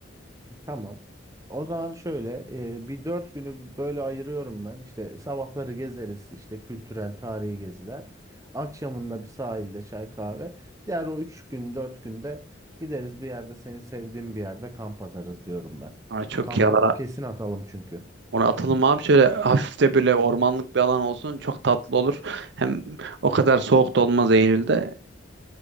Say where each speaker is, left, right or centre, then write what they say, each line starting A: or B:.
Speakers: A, on the right (about 15°); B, on the right (about 60°).
A: Tamam. O zaman şöyle e, bir dört günü böyle ayırıyorum ben. İşte sabahları gezeriz işte kültürel tarihi geziler. Akşamında bir sahilde çay kahve. Diğer o üç gün dört günde gideriz bir yerde seni sevdiğim bir yerde kamp atarız diyorum ben.
B: Ama çok
A: Kamp
B: iyi olur
A: kesin atalım çünkü.
B: Ona atalım abi şöyle hafif de böyle ormanlık bir alan olsun çok tatlı olur. Hem o kadar soğuk da olmaz Eylül'de.